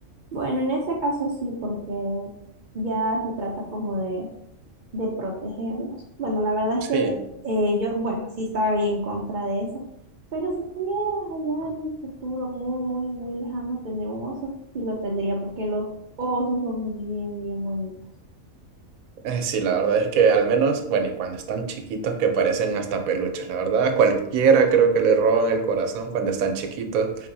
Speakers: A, on the right; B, on the right.
A: Bueno, en ese caso sí, porque ya se trata como de de protegerlos. Bueno, la verdad es
B: Sí.
A: que eh, yo, bueno, sí estaba ahí en contra de eso, pero si pudieras allá en un futuro muy, muy, muy lejano tener un oso, sí lo tendría, porque los osos son bien, bien bonitos.
B: Eh, Sí, la verdad es que al menos, bueno, y cuando están chiquitos que parecen hasta peluches, la verdad, a cualquiera creo que le roban el corazón cuando están chiquitos.